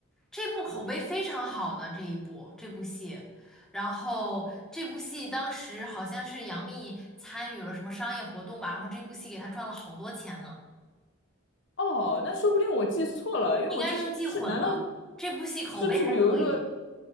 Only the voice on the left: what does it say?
哦，那说不定我记错了，因为我记得是，
难道
是不是比如说，